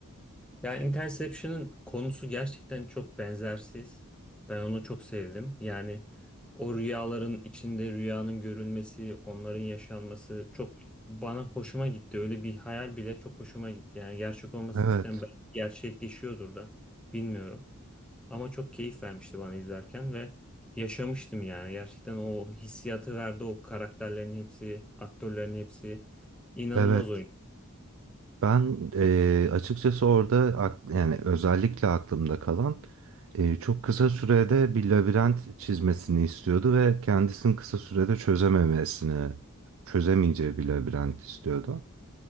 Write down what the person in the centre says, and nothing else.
Ya Interception'ın konusu gerçekten çok benzersiz. Ben onu çok sevdim. Yani o rüyaların içinde rüyanın görülmesi, onların yaşanması çok bana hoşuma gitti. Öyle bir hayal bile çok hoşuma gitti. Yani gerçek olmasını
isterim. Belki gerçekleşiyordur da bilmiyorum. Ama çok keyif vermişti bana izlerken ve yaşamıştım yani. Gerçekten o hissiyatı verdi o karakterlerin hepsi, aktörlerin hepsi inanılmaz
oyun.